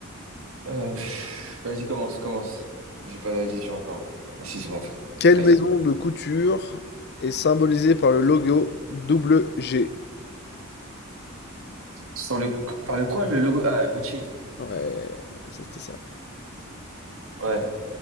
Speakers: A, on the right; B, on the left.
A: euh, pff, vas-y, commence, commence. J'ai pas la question encore. Ah si, c'est bon en fait.
B: Quelle
A: Vas-y.
B: maison de couture est symbolisée par le logo double G?
A: Sur le, par le quoi, le logo? Ah, Gucci.
B: Ouais, c'était ça.
A: Ouais.